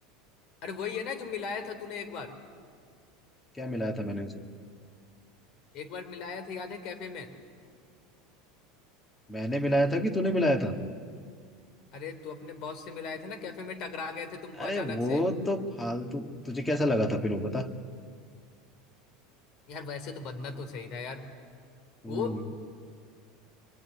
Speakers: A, on the left (about 55°); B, on the left (about 15°).
A: अरे वही है ना जो मिलाया था तूने एक बार
B: क्या मिलाया था मैंने उसे
A: एक बार मिलाया था याद है कैफे में
B: मैंने मिलाया था कि तूने मिलाया था
A: अरे तू अपने बॉस से मिलाया था ना कैफे में टकरा गए थे तुमको
B: अरे
A: अचानक
B: वो
A: से
B: तो फालतू तुझे कैसा लगा था फिर वो बता
A: यार वैसे तो बंदना तो सही था यार
B: हम्म
A: वो